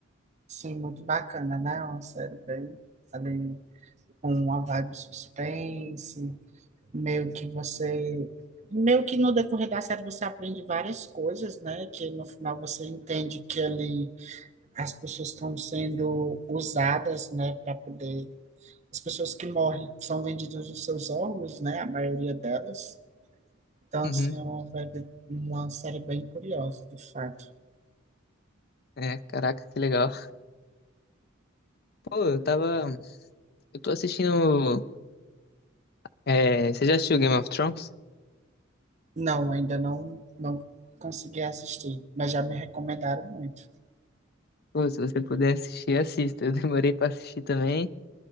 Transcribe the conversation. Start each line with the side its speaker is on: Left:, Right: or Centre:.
Right: Sim, muito bacana, né? Uma série bem ali com uma vibe suspense, meio que você, meio que no decorrer da série você aprende várias coisas, né? Que no final você entende que ali as pessoas estão sendo usadas, né, para poder as pessoas que morrem são vendidas os seus órgãos, né? A maioria delas. Então,
Left: Uhum.
Right: assim, é uma vibe, uma série bem curiosa, de fato.
Left: É, caraca, que legal. Pô, eu tava. Eu tô assistindo. É, você já assistiu Game of Thrones?
Right: Não, ainda não, não consegui assistir, mas já me recomendaram muito.
Left: Pô, se você puder assistir, assista. Eu demorei pra assistir também.